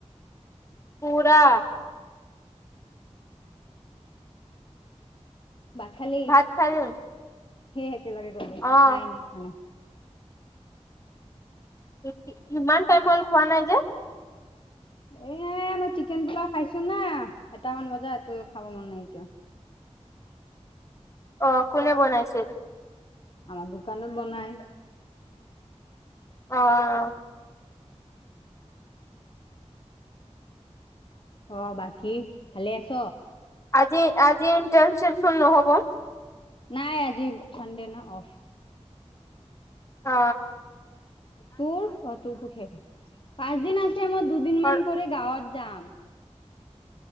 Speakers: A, on the left; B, on the left.
A: পুৰা
B: ভাত খালি
A: ভাত খালি
B: সেই একেলগে কলো
A: অ',
B: নাই নাই খোৱা নাই
A: ই ই ইমান টাইম হ'ল খোৱা নাই যে
B: এ মই চিকেন পোলাও খাইছো না এটামান বজাত ত খাব মন নাই যোৱা।
A: অ কোনে বনাইছিল?
B: আমাৰ দোকানত বনাই।
A: অ
B: অ বাকী ভালে আছ।
A: আজি আজি ইণ্টাৰ্ণশিপটো নহব।
B: নাই আজি চানডে ন অফ।
A: অ
B: তোৰ অ তোৰতো শেষ পাঁচদিন আছে মই দুদিন
A: অ',
B: মান কৰি গাঁৱত যাম।